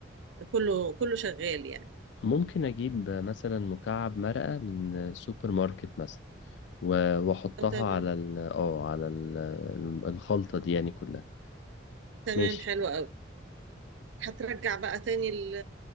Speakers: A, on the right; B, on the left.
A: كله كله شغال يعني
B: ممكن اجيب مثلا مكعب مرقة من سوبر ماركت مثلا و- واحطها
A: آه، تمام
B: على ال اه على ال الخلطة دي يعني كلها
A: تمام
B: ماشي
A: حلو قوي هترجع بقى تاني ال-